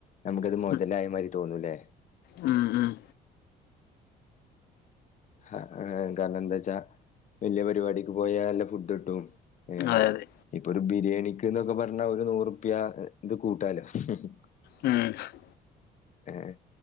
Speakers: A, on the left; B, on the left.
A: നമുക്ക്ത് മൊതലായമാരി
B: ഉം
A: തോന്നൂംല്ലേ.
B: ഉം ഉം
A: ആഹ കാരണന്ത്ച്ചാ വെല്ലിയപരിപാടിക്ക്പോയാല്ല ഫുഡ്ട്ടും ഏഹ്
B: അതെ അതെ
A: ഇപ്പൊരുബിരിയാണിക്ക്ന്ന്ക്കെ പറഞ്ഞാ ഒരുനൂറുപ്യാ ഇത്കൂട്ടാലോ. ഹ് ഹ് ഹ്
B: ഉം <inaudible>
A: എഹ്